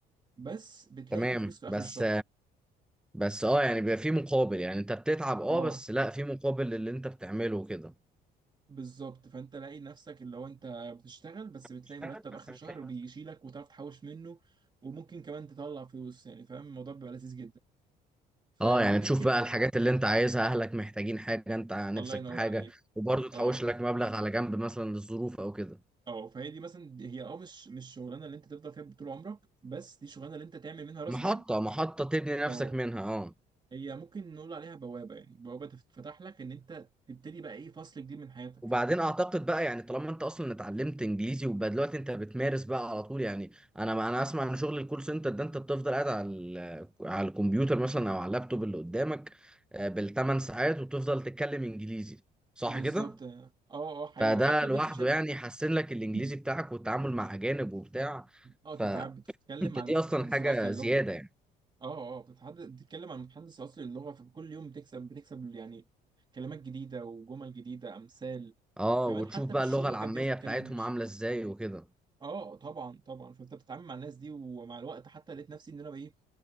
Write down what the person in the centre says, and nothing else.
تمام
بس
بس اه يعني بيبقى في مقابل يعني انت بتتعب اه
بس لا في مقابل للي انت بتعمله كده
اشتغل
بس
بتلاقي
اه يعني
تشوف بقى الحاجات اللي انت عايزها اهلك محتاجين حاجة انت نفسك
في حاجة
وبرضه تحوش
لك مبلغ على جنب مثلا للظروف او كده
محطة
محطة تبني نفسك
منها اه
وبعدين اعتقد بقى يعني طالما انت اصلا اتعلمت انجليزي وبقى دلوقتي انت بتمارس بقى على طول يعني انا انا اسمع ان شغل الكول سنتر ده انت بتفضل قاعد على ال- على الكمبيوتر مثلا او على اللابتوب اللي قدامك آه، بالثمان ساعات وتفضل تتكلم انجليزي صح
كده؟
فده
لوحده
يعني يحسن لك الانجليزي
بتاعك والتعامل مع اجانب وبتاع
فانت
دي
اصلا حاجة
زيادة يعني
اه
وتشوف
بقى
اللغة العامية
بتاعتهم
عاملة ازاي وكده